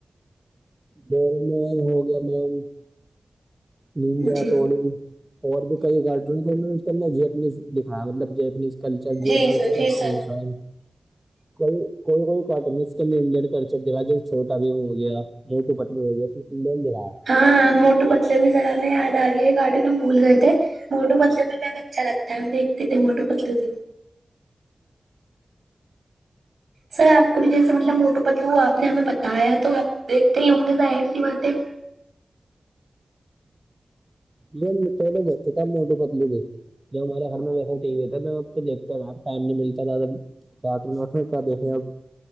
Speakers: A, on the right; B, on the right.
A: گول م ہو گیا میم <inaudible> نم جیا
B: جی
A: تو ہو اور بھی کئی گڈ <inaudible> ج اپنیز دکھایا مطلب ج اپنیز <inaudible> کلچر
B: جی
A: جنے
B: سر
A: اس
B: جی
A: کے ہال
B: سر
A: ہے <inaudible> کوئی کوئی کوئی کاٹن اس کےڈین کرچ دے گا جو چھوٹا بھی ہو گیا <inaudible> یہ تو پتلی ہوئیی اس نےین دکھایا <inaudible>
B: ہاں موٹو پتلے بھی ذرا ہمیں یاد آ گئی ہے گارڈن میں ہم بھول گئے تھے موٹو پتلو میںم اچھا لگتا ہے ہم دیکھتے تھے موٹو پتلو بھی سر آپ کو بھی جیسے مطلب موٹو پتلو ہو آپ نے ہمیں بتایا تو آپ دیکھتے ہی ہوں گے ظاہر سی باتیں
A: جو م پ بتے تھاب موٹو پتل بھی <inaudible> جو ہمارے گھر میں ویسے ٹی وی ہے تھا میں آپ کو دیکھتے نا ٹائم نہیں ملتا تھادب کٹ نٹوں کا دیکیں آپ